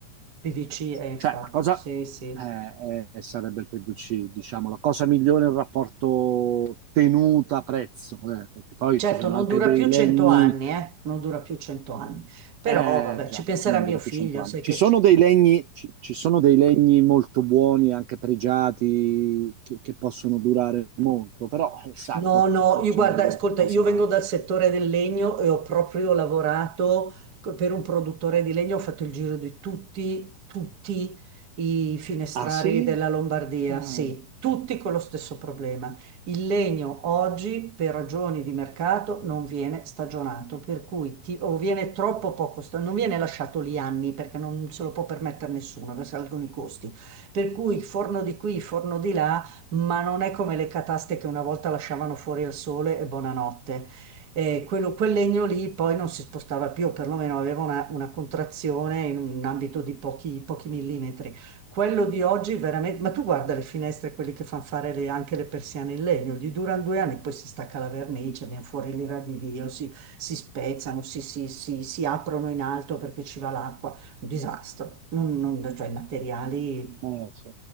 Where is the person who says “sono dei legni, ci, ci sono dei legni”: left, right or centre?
Right